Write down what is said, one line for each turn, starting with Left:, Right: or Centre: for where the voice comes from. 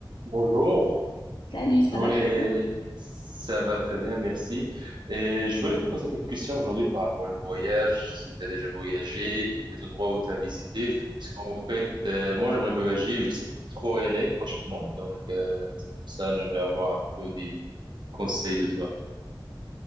Right: Bonjour,
Left: Salut, ça
Right: je voulais,
Left: va, tu vas bien?
Right: ça va très bien, merci. Et je voulais te poser quelques questions aujourd'hui par rapport au voyage, si tu as déjà voyagé, il y a des endroits où tu as visité, parce qu'en fait, euh, moi j'aimerais voyager, je sais pas trop où aller prochainement, donc euh, c'est pour ça j'aimerais avoir un peu des conseils de toi.